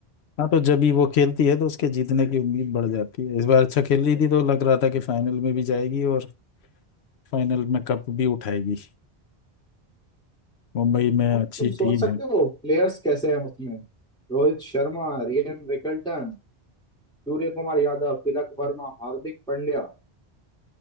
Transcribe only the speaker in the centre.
Like,
तुम सोच
सकते
हो प्लेयर्स कैसे हैं उसमें रोहित शर्मा रियान रिकल्टन सूर्य कुमार यादव तिलक वर्मा हार्दिक पांड्या